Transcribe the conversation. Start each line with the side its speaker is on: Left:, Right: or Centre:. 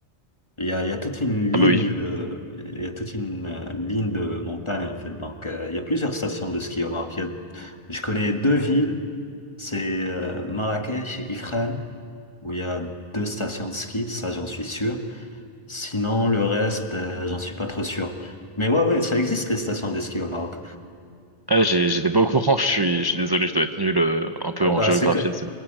Left: Il y a, il y a toute une
Right: Ah
Left: ligne
Right: bah oui.
Left: de, il y a toute une euh, ligne de montagne en fait. Donc, euh, il y a plusieurs stations de ski au Maroc. Il y a- je connais deux villes, c'est euh, Marrakech et Ifrane, où il y a deux stations de ski, ça j'en suis sûr. Sinon, le reste, euh, j'en suis pas trop sûr. Mais ouais, ouais, ça existe les stations de ski au Maroc.
Right: Ah j'ai j'étais pas au courant, <laughs> je suis je suis désolé, je dois être nul euh, un peu
Left: Euh,
Right: en
Left: bah
Right: géographie.
Left: c'est, que-